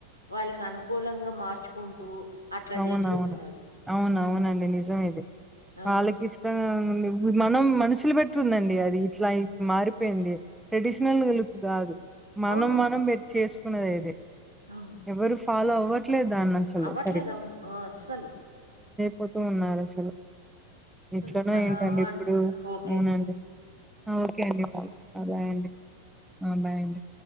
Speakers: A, on the right; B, in the centre.
A: వాళ్ళకనుకూలంగ మార్చుకుంటూ అట్లా
B: అవునవును
A: జేసుకుంటున్నారు.
B: అవున అవునండి నిజం ఇది
A: ఆ!
B: వాళ్ళకి ఇష్ట మనం మనుషులు పెట్టుందండి అది ఇట్లా మారిపోయింది ట్రెడిషనల్ లుక్ కాదు మనం
A: అవునవును.
B: మనం పెట్టి చేసుకున్నది ఇదే
A: అవును.
B: ఎవరు ఫాలో అవ్వర్ పట్లేద అన్న అసలు
A: అవ్వట్లేదు.
B: సరి
A: అవును ఆ అసలు
B: పోతూ ఉన్నారు అసలు
A: అసలు
B: ఇట్లనే
A: మనం
B: ఏంటండి
A: అంటూ
B: ఇప్పుడు
A: ఓకే
B: అవునండి
A: అండి.
B: ఓకే అండి అ బాయ్ అండి బాయ్ అండి